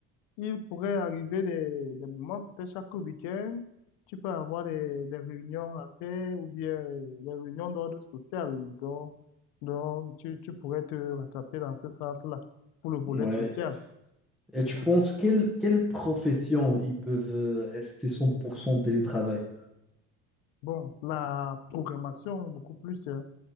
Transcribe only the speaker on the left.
Il pourrait arriver des, des moments, peut-être chaque week-end, tu peux avoir des, des réunions à faire ou bien euh, des réunions d'ordre social. Donc, donc tu, tu pourrais te rattraper dans ce sens-là pour le volet
social.
uh
Bon, la programmation, beaucoup plus. hein.